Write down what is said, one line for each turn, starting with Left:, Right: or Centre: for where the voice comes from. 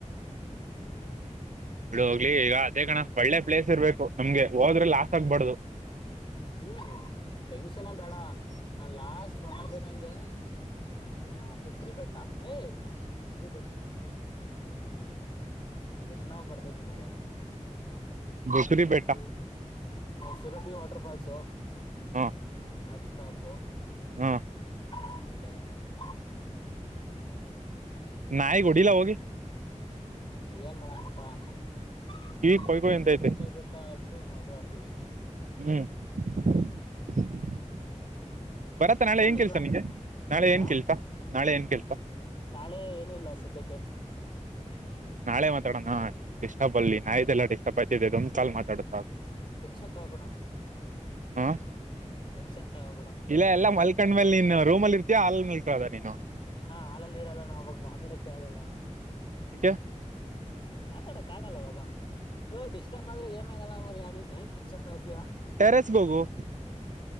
Left: ಹ್ಮ್
Right: ಬಿಳ ಹೋಗ್ಲಿ ಈಗ ಅದೇ ಕಣ ಒಳ್ಳೆ ಪ್ಲೇಸ್ ಇರ್ಬೇಕು ನಮ್ಗೆ ಹೋದ್ರೆ ಲಾಸ್ ಆಗ್ಬಾರ್ದು
Left: ಹ್ಮ್ ಟೆನ್ಷನ್ ಬೇಡ ನನ್ ಲಾಸ್ಟ್ ಮಾಡ್ದಂಗೆ ಏನ ಮುಕರಿ ಬೆಟ್ಟಾ ಮುಕರಿ ಬಟ್ಟಾ ಏನ ನಾವ್ ಬರ್ತೈತ ಮರ ಆನಂದ್
Right: ಬುಕ್ರಿ
Left: ನ್ಷ್ಟ ್ರೆಂಡ್ಸ್
Right: ಬೆಟ್ಟ
Left: ಸುರಬಿ ವಾಟರ್ಫಾಲ್ಸ್
Right: ಹಾ
Left: ಆಡ್ ಸ್ಟಾಪು
Right: ಹ್ಮ
Left: ಹೆಲೋ <unintelligible>
Right: ನಾಯಿ ಹೊಡೆಲ ಹೋಗಿ
Left: ಏನ್ ಮಾಡಣಪ್ಪಾ <unintelligible>
Right: ಕಿವಿಗ್
Left: ಕಟೆ
Right: ಕೊಯ್ ಕೊಯ್ ಅಂತೈತೆ
Left: ಕಟೆ ಬೆಟ್ಟಾು ಹೆಚ್ಚು ಅದು ಆಕೆಡೆನೆ
Right: ಹ್ಮ್ <unintelligible> ಬರತ್ತ ನಾಳೆ
Left: ಸುಮ್ನೆ
Right: ಏನ್ ಕೆಲ್ಸ
Left: ಇರ್ಲಾ
Right: ನಿಂಗೆ ನಾಳೆ ಏನ್
Left: ಹ
Right: ಕೆಲ್ಸ ನಾಳೆ ಏನ್ ಕೆಲ್ಸ
Left: ನಾಳೆ ಏನುೂ ಇಲ್ಲ ಸದ್ಯಕ್ಕೆ
Right: ನಾಳೆ ಮಾತಾಡಣ ಈ ಡಿಸ್ಟರ್ಬ್ ಅಲ್ಲಿ ನಾಯ್ದೆಲ್ಲ ಡಿಸ್ಟರ್ಬ್ ಆಗ್ತಿದೆೊ ಕಾಲ್ ಮಾತಾಡು ಸಾಕು
Left: ಟೆನ್ಷನ್ ತಗೋಬೇಡ
Right: ಹ್ಮ್
Left: ಟೆನ್ಷನ್ ತಗೋಬೇಡ
Right: ಇಲ್ಲ ಎಲ್ಲ ಮಲ್ಕಂಡ ಮೇಲೆ ನೀನ್ ರೂಮಲ್ಲಿ ಇರ್ತಯಾ ಆಲ್ ಮಲ್ಕದ ನೀನು
Left: ಅಣ್ಣ ಹಾಲಲ್ಲಿ ಇರಲ್ಲಣ ಅವಾಗ ಮಾತಾಡಕ್ಕೆ ಆಗಲ್ಲ
Right: ಯಾಕೆ
Left: ಮಾತಾಡಕ್ ಆಗಲ್ಲ ಅವವಾಗ ಓ ಡಿಸ್ಟರ್ಬ್ ಆದ್ರೆ ಏನ ಆಗಲ್ಲ ಮರಿ ನೀನ್ ಟೆನ್ಶನ್ ತೊಗಟೆಯ
Right: ಟೆರೆಸ್ ಹೋಗು